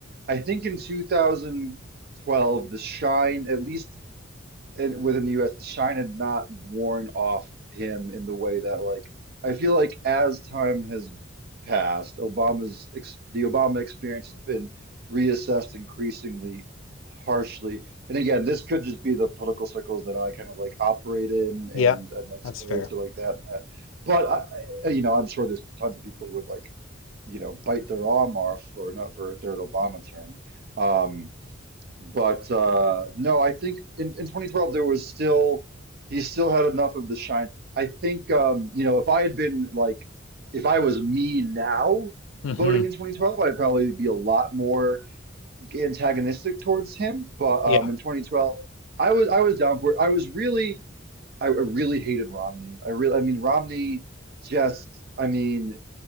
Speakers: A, on the right; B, on the left.
A: I think in 2012 the shine at least and within the US, the shine had not worn off him in the way that like I feel like as time has passed, Obama's ex the Obama experience has been reassessed increasingly harshly. And again, this could just be the political circles that I kind of like operate in
B: yeah,
A: and I'm exposed
B: that's fair.
A: to like that that. But I, I- you know, I'm sure there's tons of people who would like, you know, bite their arm off for not for a third Obama term. Um, but uh, no, I think in, in 2012 there was still he still had enough of the shine. I think um, you know if I had been like if I was me now
B: hmm
A: voting in 2012, I'd probably be a lot more antagonistic towards him. But um,
B: Yeah.
A: in 2012, I was I was down for it. I was really I really hated Romney. I really I mean Romney just I mean